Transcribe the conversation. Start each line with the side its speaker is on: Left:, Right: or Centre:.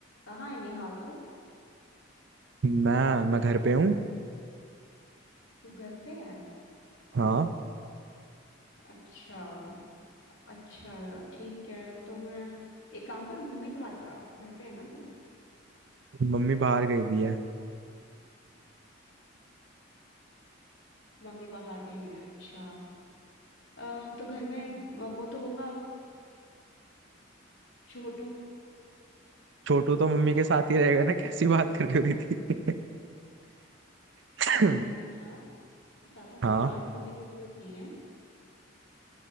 Left: कहाँ है निहार तू
Right: मैं मैं घर पे हूँ
Left: तू घर पे है
Right: हाँ
Left: अच्छा अच्छा ठीक है तो मैं एक काम कर मम्मी से बात करा घर पे है ना तू
Right: मम्मी बाहर गई भी है
Left: मम्मी बाहर गई है अच्छा अ, तो घर में वो तो होगा छोटू
Right: छोटू तो मम्मी के साथ ही रहेगा ना कैसी बात कर रही हो दीदी <clears throat>
Left: निहार ज्यादा
Right: हाँ
Left: स्मार्ट बनने की जरूरत नहीं है